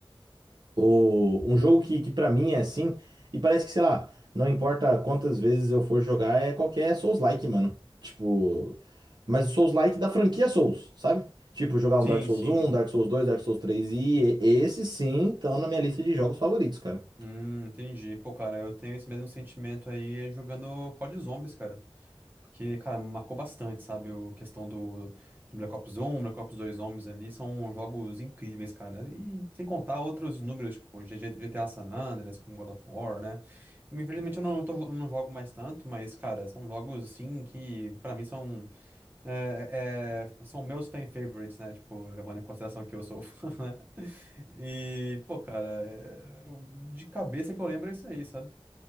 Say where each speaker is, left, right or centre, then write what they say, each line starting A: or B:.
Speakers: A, on the right (about 50°); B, on the right (about 20°).
A: O, um jogo que, que para mim é assim, e parece que, sei lá, não importa quantas vezes eu for jogar, é qualquer Souls-like, mano. Tipo, mas o Souls-like da franquia Souls, sabe? Tipo, jogar um
B: Sim,
A: Dark Souls
B: sim.
A: um Dark Souls dois Dark Souls três e, e esses sim estão na minha lista de jogos favoritos, cara.
B: Hum, entendi. Pô, cara, eu tenho esse mesmo sentimento aí jogando COD Zombies, cara. Porque, cara, marcou bastante, sabe? A questão do, do Black Ops Um Black Ops dois Zombies ali são jogos incríveis, cara. E sem contar outros números, tipo G- G- GTA San Andreas, como God of War, né? Infelizmente eu não, tô- não jogo mais tanto, mas, cara, são jogos, assim, que pra mim são, é, é, são meus fan favorites, né? Tipo, levando em consideração que eu sou <laughs> fã, né? E, pô, cara, é- eu- de cabeça que eu lembro é isso aí, sabe?